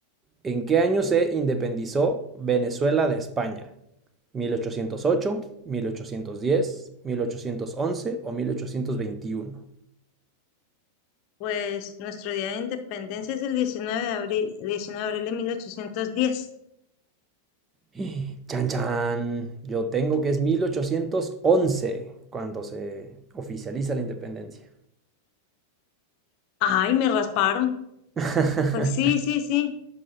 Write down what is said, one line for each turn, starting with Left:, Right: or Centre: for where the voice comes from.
Right: ¿En qué año se independizó Venezuela de España? mil mil ochocientos ochocientos ocho mil ochocientos diez mil ochocientos once o 1821?
Left: Pues nuestro día de independencia es el diecinueve de abril, 19 de abril de 1810.
Right: <gasps> Chan chan, yo tengo que es 1811 cuando se oficializa la independencia.
Left: Ay, me rasparon.
Right: <laughs>
Left: Pues sí, sí, sí.